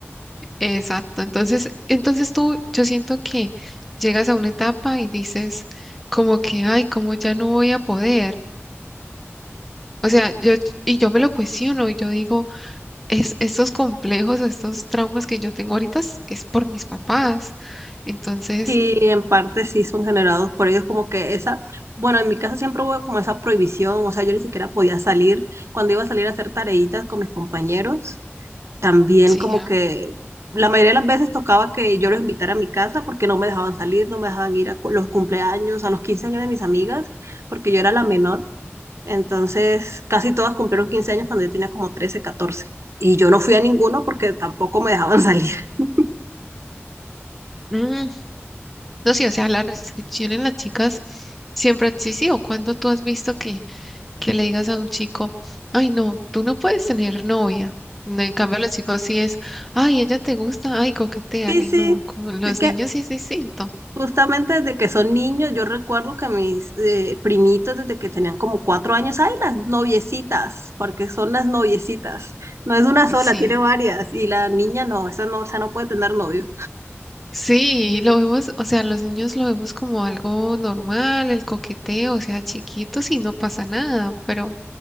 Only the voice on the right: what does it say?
Y en parte sí son generados por ellos como que esa, bueno, en mi casa siempre hubo como esa prohibición, o sea, yo ni siquiera podía salir. Cuando iba a salir a hacer tareitas con mis compañeros, también
como
que la mayoría de las veces tocaba que yo los invitara a mi casa porque no me dejaban salir, no me dejaban ir a cu- los cumpleaños, a los 15 años de mis amigas, porque yo era la menor. Entonces, casi todas cumplieron 15 años cuando yo tenía como trece catorce Y yo no fui a ninguno porque tampoco me dejaban salir. <laughs>
Sí, sí,
es que
justamente desde que son niños, yo recuerdo que mis eh, primitos desde que tenían como 4 años, hay las noviecitas, porque son las noviecitas. No es una sola,
tiene varias. Y la niña no, esa no, esa no puede tener novio.